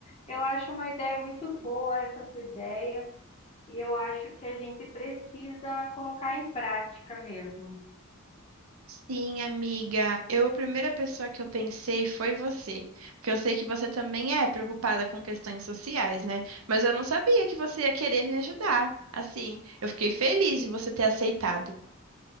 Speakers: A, on the left (about 30°); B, on the right (about 70°).
A: Eu acho uma ideia muito boa essa sua ideia. E eu acho que a gente precisa colocar em prática mesmo.
B: Sim, amiga. Eu, a primeira pessoa que eu pensei foi você, porque eu sei que você também é preocupada com questões sociais, né? Mas eu não sabia que você ia querer me ajudar. Assim, eu fiquei feliz de você ter aceitado.